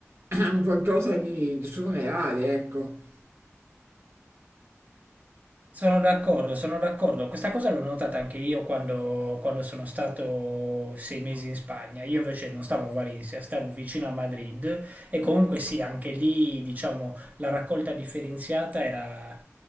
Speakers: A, on the right; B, on the right.
A: <clears throat> un qualcosa di, di surreale, ecco.
B: Sono d'accordo, sono d'accordo. Questa cosa l'ho notata anche io quando, quando sono stato sei mesi in Spagna. Io invece non stavo a Valencia, stavo vicino a Madrid e comunque sì, anche lì, diciamo, la raccolta differenziata era